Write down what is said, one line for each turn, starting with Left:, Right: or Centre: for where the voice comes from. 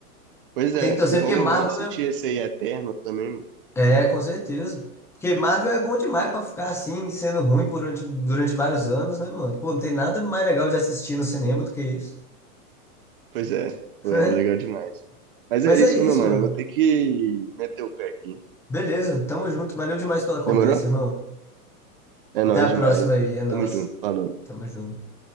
Right: Pois é,
Centre: Tem que torcer
Right: e vão,
Centre: porque Marvel
Right: vão assistir
Centre: é
Right: esse aí Eterno também, mano.
Centre: É, com certeza. Porque Marvel é bom demais pra ficar assim, sendo ruim por durante, durante vários anos, né, mano? Pô, não tem nada mais legal de assistir no cinema do que isso.
Right: Pois é,
Centre: <laughs>
Right: pô, era legal demais. Mas
Centre: Mas
Right: é isso,
Centre: é isso,
Right: meu mano,
Centre: mano.
Right: eu vou ter que meter o pé aqui.
Centre: Beleza, tamo junto. Valeu demais pela conversa,
Right: Demorou?
Centre: irmão.
Right: É
Centre: Até
Right: nóis
Centre: a
Right: demais.
Centre: próxima aí, é nóis.
Right: Tamo junto, falou.
Centre: Tamo junto.